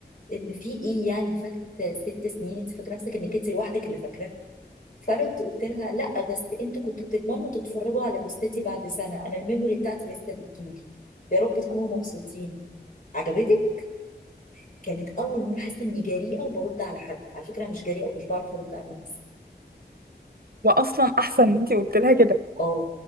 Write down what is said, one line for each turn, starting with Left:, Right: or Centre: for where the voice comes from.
Left: ان في ايه يعني فات ست سنين انت فاكره نفسك انك انت لوحدك اللي فاكره فرحت قلت لها لا بس انتوا كنتوا بتتمنوا تتفرجوا على جثتي بعد سنه انا الميموري بتاعتي لسه بتجيلي يا رب تكونوا مبسوطين عجبتك كانت اول مره احس اني جريئه وبرد على حد على فكره انا مش جريئه ومش بعرف ارد على الناس
Right: واصلا احسن ان انت قلت لها كده
Left: اه